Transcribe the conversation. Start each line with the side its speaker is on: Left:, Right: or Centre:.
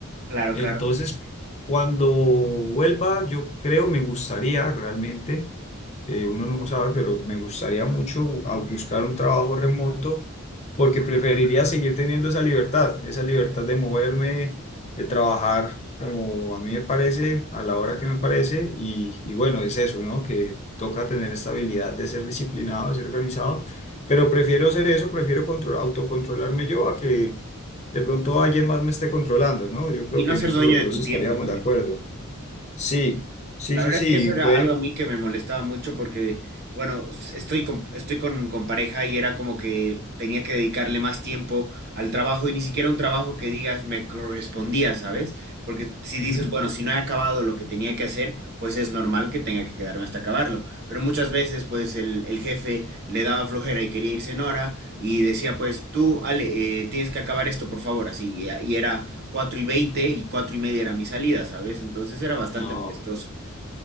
Right: claro,
Left: Entonces,
Right: claro.
Left: cuando vuelva, yo creo, me gustaría realmente, eh, uno no sabe, pero me gustaría mucho a buscar un trabajo remoto porque preferiría seguir teniendo esa libertad, esa libertad de moverme, de trabajar como a mí me parece, a la hora que me parece. Y, y bueno, es eso, ¿no? Que toca tener esta habilidad de ser disciplinado, de ser organizado, pero prefiero ser eso, prefiero control, autocontrolarme yo a que de pronto alguien más me esté controlando, ¿no? Yo creo
Right: Y no
Left: que
Right: ser
Left: en eso
Right: dueño
Left: los
Right: de
Left: dos
Right: tu
Left: estaríamos
Right: tiempo también.
Left: de acuerdo. Sí, sí,
Right: La
Left: sí,
Right: verdad
Left: sí,
Right: es que eso era
Left: puede.
Right: algo a mí que me molestaba mucho porque, bueno, s- estoy con, estoy con, con pareja y era como que tenía que dedicarle más tiempo al trabajo y ni siquiera un trabajo que digas me correspondía, ¿sabes? Porque si dices,
Left: Ujú.
Right: bueno, si no he acabado lo que tenía que hacer, pues es normal que tenga que quedarme hasta acabarlo. Pero muchas veces, pues el, el jefe le daba flojera y quería irse en hora y decía, pues tú, Ale, eh, tienes que acabar esto, por favor, así. Y, y era 4 y 20 y 4 y media era mi salida, ¿sabes? Entonces era bastante
Left: No,
Right: molestoso.